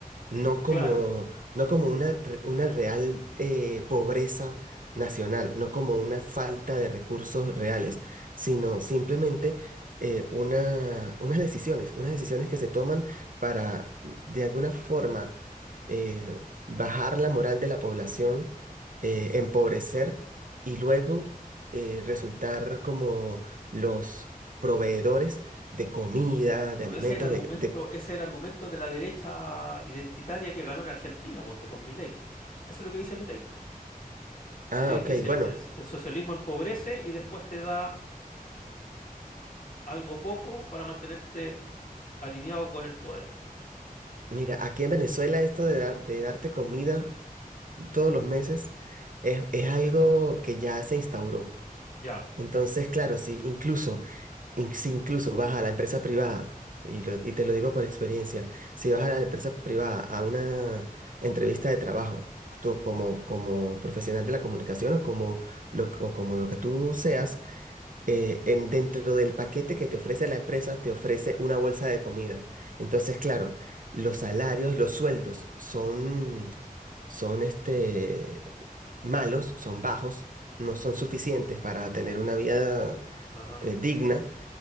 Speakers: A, on the right; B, on the left.
A: no como,
B: Claro.
A: no como una, re- una real eh, pobreza nacional, no como una falta de recursos reales, sino simplemente eh, una, unas decisiones, unas decisiones que se toman para, de alguna forma, eh, bajar la moral de la población, eh, empobrecer y luego eh, resultar como los proveedores de comida, de
B: Bueno,
A: alimentos,
B: ese es el argumento,
A: de... de-
B: ese es el argumento de la derecha identitaria que ganó en Argentina, ponte con Milei, po. Eso es lo que dice Milei,
A: Ah,
B: Milei
A: ok,
B: dice,
A: bueno.
B: el, el socialismo empobrece y después te da algo poco para mantenerte alineado con el poder.
A: Mira, aquí en Venezuela esto de, dar- de darte comida todos los meses es, es algo que ya se instauró.
B: Ya,
A: Entonces, claro, si incluso, in- si incluso vas a la empresa privada, y, lo- y te lo digo por experiencia, si vas a la empresa privada a una entrevista de trabajo, tú como, como profesional de la comunicación o como lo, o como lo que tú seas, eh, en, dentro del paquete que te ofrece la empresa, te ofrece una bolsa de comida. Entonces, claro, los
B: claro.
A: salarios, los sueldos son, son este, malos, son bajos, no son suficientes para tener una vida
B: Ajá.
A: eh, digna